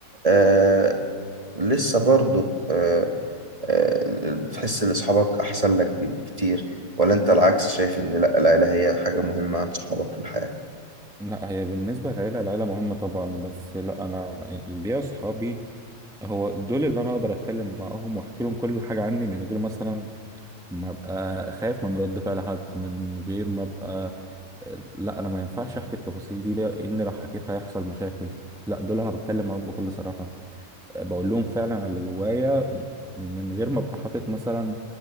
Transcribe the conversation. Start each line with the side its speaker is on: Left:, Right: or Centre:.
Right: آه لسه برضو آه آه بتحس ان اصحابك احسن لك بكتير ولا انت العكس شايف ان لا العيلة هي حاجة مهمة عن صحابك في الحياة
Centre: لا هي بالنسبة للعيلة العيلة مهمة طبعا بس لا انا ليا اصحابي هو دول اللي انا اقدر اتكلم معاهم واحكي لهم كل حاجة عني من غير مثلا ما ابقى خايف من رد فعل حد من غير ما ابقى لا انا ما ينفعش احكي التفاصيل دي لان لو حكيت هيحصل مشاكل لا دول انا بتكلم معاهم بكل صراحه بقول لهم فعلا على اللي جوايا م- من غير ما ابقى حاطط مثلا